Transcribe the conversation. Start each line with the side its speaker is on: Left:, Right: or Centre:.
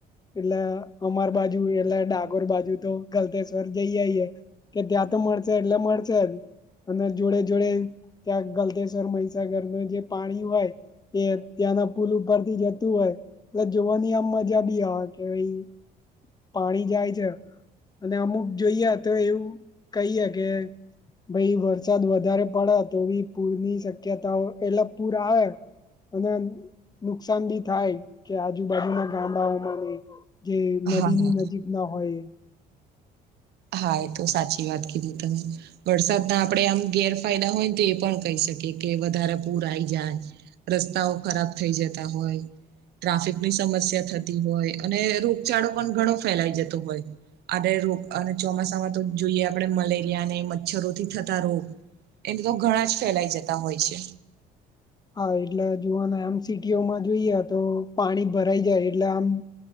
Left: એટલે અમાર બાજુ એટલે ડાકોર બાજુ તો ગલતેશ્વર જઈ આઈએે. કે ત્યાં તો મળશે એટલે મળશે જ અને જોડે જોડે ત્યાં ગલતેશ્વરમાં તાગરમાં જે પાણી હોય એ ત્યાંના પુલ ઉપરથી જતું હોય એટલે જોવાની આમ મજા બી આવે કે ભાઈ પાણી જાય છે. અને અમુક જોઈએ તો એવું કહીએ કે ભઈ વરસાદ વધારે પડે તો એ પૂર ની શક્યતાઓ એટલે પૂર આવે અને આમ નુકસાન બી થાય કે આજુબાજુ ના ગામડાઓમાં બી. જે નદીની
Right: હા
Left: નજીકના હોય.
Right: હા એ તો સાચી વાત કીધી તમે વરસાદના આપણે આમ ગેરફાયદા હોય ને તો એ પણ કહી શકીએ કે વધારે પૂર આઈ જાય. રસ્તાઓ ખરાબ થઇ જતા હોય. ટ્રાફિકની સમસ્યા થતી હોય અને રોગચાળો પણ ઘણો ફેલાઈ જતો હોય. આડરે રોગ અને ચોમાસામાં તો જોઈએ આપણે મલેરિયા ને મચ્છરોથી થતા રોગ એને તો ઘણા જ ફેલાઈ જતા હોય છે.
Left: હા એટલે જોવાના આમ સિટીઓમાં જોઈએ તો પાણી ભરાઈ જાય એટલે આમ